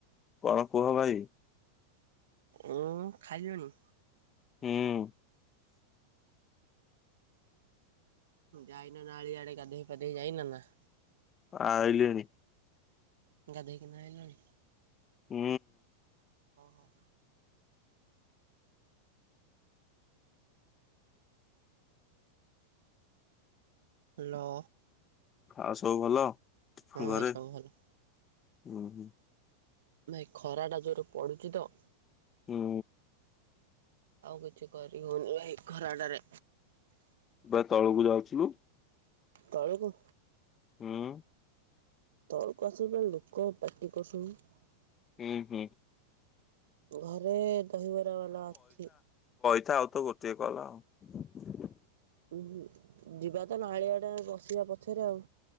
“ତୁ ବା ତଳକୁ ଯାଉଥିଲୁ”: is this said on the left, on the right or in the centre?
Left